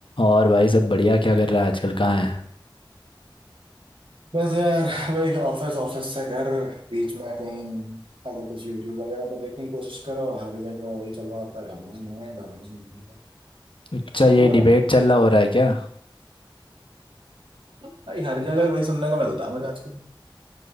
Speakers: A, on the left (about 75°); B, on the right (about 80°).
A: और भाई सब बढ़िया क्या कर रहा है आजकल कहाँ है
B: बस यार वही ऑफिस ऑफिस से घर बीच में कहीं अगर कुछ यूट्यूब वगैरह को देखने की कोशिश करो हर जगह वही चल रहा होता है भगवान है भगवान नहीं है
A: अच्छा ये
B: तू बता
A: डिबेट चल रहा हो रहा है क्या
B: भाई हर जगह वही सुनने को मिलता है मुझे आजकल